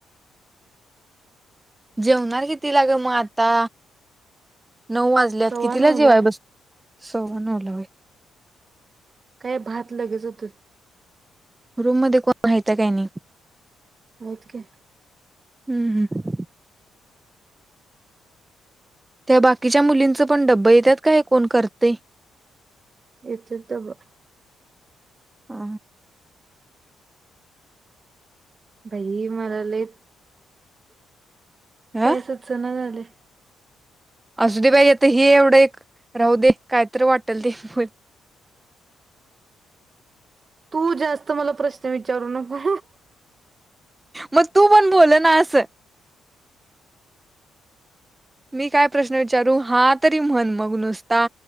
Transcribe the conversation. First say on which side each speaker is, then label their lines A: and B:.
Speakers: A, on the right; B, on the right.
A: जेवणार किती लाग मग आता नऊ वाजल्यात
B: सवा
A: कितीला
B: नवला
A: जेवाय बस सव्वा नऊ ला हय
B: काय भात लगेच होत
A: रूममध्येध्ये कोण माहितं काही नाही.
B: होय की.
A: हम्म हम्म. त्या बाकीच्या मुलींचं पण डब्ब येतात काय कोण करतेय.
B: यथे तर ब
A: ह.
B: भाई मणाले
A: ह
B: काय सुचना झाले.
A: असु दे बाई आता ह एवढं एक राहू दे कायत वाटेल ते <inaudible>
B: तू जास्त मला प्रश्न विचारू नको.
A: मग तू पण बोलोल ना असं. मी काय प्रश्न विचारू हा तरी म्हण मग नुसता.